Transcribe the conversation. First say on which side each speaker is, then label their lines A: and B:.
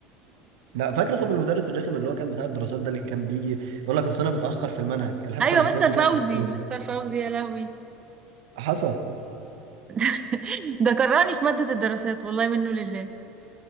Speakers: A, on the right; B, on the right.
A: لا فاكر طب المدرس الرخم اللي هو كان بتاع الدراسات ده اللي كان بيجي يقول لك اصل انا متاخر في المنهج الحصه
B: ايوه
A: الاحتياطي
B: مستر فوزي
A: دي أنا- مش فاكرها.
B: مستر فوزي يا لهوي
A: حصل
B: <laughs> ده كرهني في ماده الدراسات والله منه لله